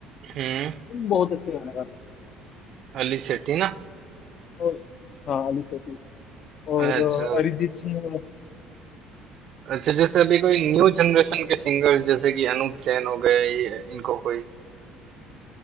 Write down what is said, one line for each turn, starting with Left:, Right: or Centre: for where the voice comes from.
Right: हम्म
Left: बहुत अच्छे गाने गाता है
Right: अली सेठी ना
Left: और हाँ अली सेठी और
Right: अच्छा
Left: अ, अरिजीत सिंह है।
Right: अच्छा जैसे अभी कोई न्यू जनरेशन के सिंगर्स जैसे कि अनूप जैन हो गए ये इनको कोई